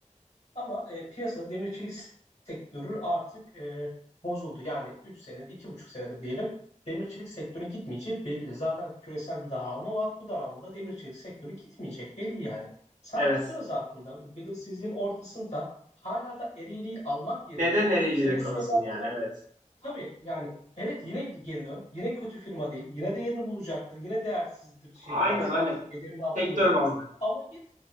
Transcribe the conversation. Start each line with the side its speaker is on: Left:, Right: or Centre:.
Left: Ama e, piyasada demirçilik sektörü artık e, bozuldu. Yani 3 senedir, iki buçuk senedir diyelim demirçilik çelik sektörünün gitmeyeceği belli. Zaten küresel bir daralma var. Bu daralmada demir çelik sektörü gitmeyecek belli yani. Sen
Right: Evet.
Left: bu süre zarfında belirsizliğin ortasında hala da ereğliği almak yerine
Right: Neden Ereğli'de
Left: işte bu
Right: kalasın
Left: süre zarfında
Right: yani evet.
Left: Tabii yani evet yine geri dön. Yine kötü firma değil. Yine değerini bulacaktır. Yine değersizdir şey
Right: Aynen
Left: yani şu
Right: aynen.
Left: anda ederinin altındadır.
Right: Sektör bazlı.
Left: Ama git